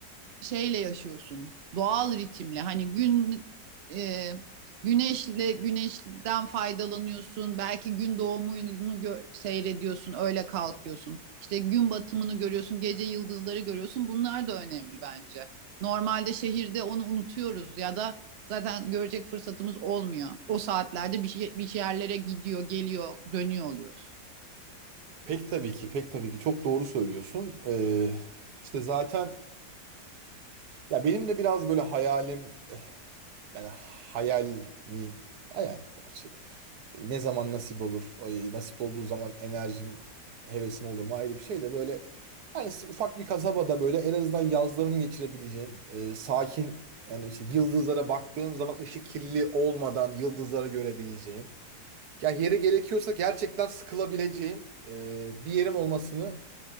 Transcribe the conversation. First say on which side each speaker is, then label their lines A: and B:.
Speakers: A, on the right; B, on the right.
A: şeyle yaşıyorsun. Doğal ritimle. Hani gün e, güneşle güneşten faydalanıyorsun. Belki gün doğumunu gö- seyrediyorsun. Öyle kalkıyorsun. İşte gün batımını görüyorsun. Gece yıldızları görüyorsun. Bunlar da önemli bence. Normalde şehirde onu unutuyoruz ya da zaten görecek fırsatımız olmuyor. O saatlerde bir, şey, bir yerlere gidiyor, geliyor, dönüyor oluyoruz.
B: Pek tabii ki, pek tabii ki çok doğru söylüyorsun. Ee, işte zaten ya benim de biraz böyle hayalim eh, yani hayal mi hayal gerçi. E, Ne zaman nasip olur? Ay, Nasip olduğu zaman enerjim, hevesim olur mu ayrı bir şey de böyle hani s- ufak bir kasabada böyle en azından yazlarımı geçirebileceğim e, sakin yani işte yıldızlara baktığım zaman ışık kirli olmadan yıldızları görebileceğim. Yani yeri gerekiyorsa gerçekten sıkılabileceğim e, bir yerim olmasını